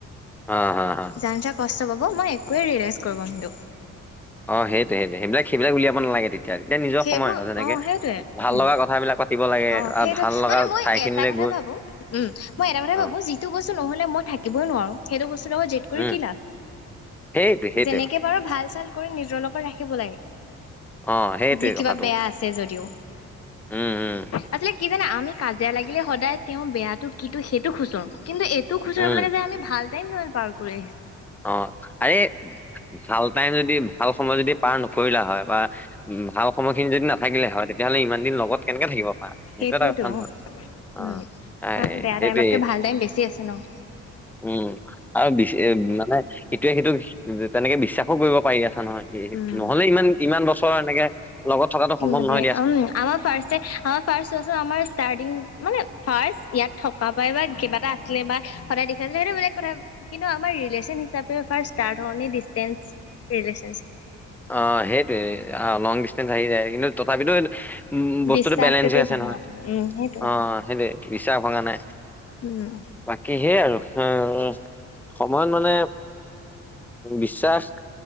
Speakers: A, in the centre; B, on the left (about 50°).
A: অ হ হ।
B: জানোচা কষ্ট পাব, মই একোৱে ৰিয়েলাইজ কৰিব নিদো।
A: অ সেইটোয়ে সেইটোয়ে, সেবিলাক- সেবিলাক উলিয়াব নালাগে তেত- তেতিয়াক নিজৰ
B: সেইবোৰ
A: সময় হয় যেনেকে
B: অ সেইটোৱে
A: ভাল
B: উম
A: লগা কথাবিলাক পাতিব লাগে
B: অ
A: আৰু
B: সেইটো
A: ভাল লগা
B: মানে মই
A: ঠাইখিনিলে
B: এটা কথা
A: গৈ
B: ভাবো উম, মই এটা কথাই
A: অ
B: ভাবো যিটো বস্তু নহ'লে মই থাকিবই নোৱাৰো, সেইটো বস্তুটো লগত কৰি
A: উম,
B: কি লাভ,
A: সেইটো সেইটোৱে
B: যেনেকে
A: কথা
B: পাৰ ভাল চাল কৰি নিজৰ লগত ৰাখিব লাগে।
A: অ', সেইটোৱে
B: যি কিবা
A: কথাটো
B: বেয়া আছে যদিওঁ।
A: উম, উম,
B: আচলতে কি জানা আমি কাজিয়া লাগিলে সদায় তেওঁৰ বেয়াটো কিটো সেইটো খুচৰোঁ, কিন্তু এই তো খুচৰিব
A: উম,
B: লাগে যে আমি ভাল টাইম কিমান পাৰ কৰি আহিছোঁ।
A: অ', আৰে ভাল টাইম যদি ভাল সময় যদি পাৰ নকৰিলা হয় বা উম, ভাল সময়খিনি যদি নাথাকিলে হয়, তেতিয়াহ'লে ইমান দিন লগত কেনেকে থাকিব পাৰা, সেইটো
B: সেইটোৱেতো
A: এটা কথা নহয়। অ',
B: উম,
A: আই
B: কাৰণ বেয়া
A: সেইটোৱে
B: টাইমতকে ভাল টাইম বেছি আছে ন।
A: উম, আৰু বিছ মানে সেইটোৱে সিটোক তেনেকে বিশ্বাসো কৰিব পাৰি আছা নহয়। এ
B: উম
A: নহলে ইমান ইমান বছৰ এনেকে লগত থকাটো সম্ভৱ
B: মানে
A: নহয় দিয়াচোন।
B: উম আমাৰ ফাৰ্ষ্ট ডে আমাৰ ফাৰ্ষ্ট চন আমাৰ ষ্টাৰ্টিং মানে ফাৰ্ষ্ট ইয়াত থক কা পাই বা কিবা এটা আছিলে বা সদায় দেখাই আছিলে সেইটো বেলেগ কথা কিন্তু আমাৰ ৰিলেশ্বন হিচাপে ফাৰ্ষ্ট ষ্টাৰ্ট হওঁনে ডিচটেন্স ৰিলেচন
A: অ', সেইটোয়ে লং ডিচটেন্স আহি যায়, কিন্তু তথাপিতো উম, উম, বস্তুটো
B: বিশ্বাসটোতো
A: বেলেঞ্চ হৈ আছে
B: বহুত
A: নহয়,
B: উম সেইটোৱে
A: অ', সেইটোৱে বিশ্বাস ভগা নাই।
B: উম।
A: বাকী সেই আৰু উম সময়ত মানে বিশ্বাস